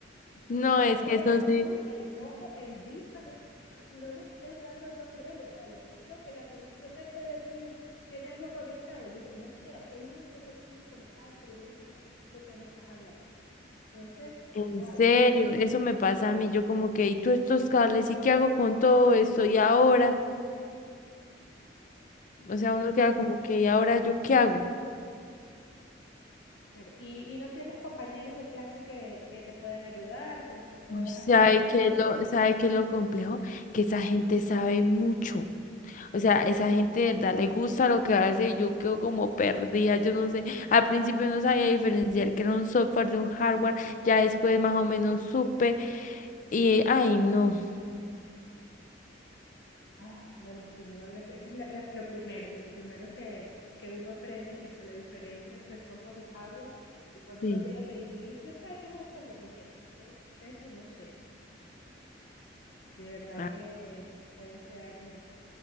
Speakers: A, on the left (about 45°); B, on the left (about 70°).
A: No,
B: Dime
A: es que
B: el
A: eso
B: azul,
A: sí.
B: el rojo, el gris, <laughs> pero no me estés dando nombres de cables. Que, no, que la conexión HDMI tiene algo conectado. Yo que, no sé, aquí hay un montón de cables conectados, pero yo no sé de qué me estás hablando. Entonces,
A: En
B: wow,
A: serio, eso me pasa a mí. Yo como que, ¿y tú estos cables? ¿Y qué hago con todo esto? ¿Y ahora? O sea,
B: no.
A: uno queda como que, ¿y ahora yo qué hago?
B: Claro. Y, y no tienes compañeros de clase que, que te puedan ayudar, con los que puedas
A: Uy, ¿Sabe
B: hacer grupo.
A: qué es lo, sabe qué es lo complejo? Que esa gente sabe mucho. O sea, esa gente de verdad le gusta lo que hace y yo quedo como perdida. Yo no sé, al principio no sabía diferenciar que era un software de un hardware, ya después más o menos supe y, ay, no.
B: Ay, bueno, sí, yo creo que es- eso es la- la- lo primero, lo primero que, que uno aprende es eso, la diferencia entre software y hardware. Y cuando
A: Sí.
B: uno llega que dice, ¿y usted sabe qué es un software? ¿Y qué, qué, qué es eso? No sé. De verdad
A: Ah,
B: que eh, puede ser,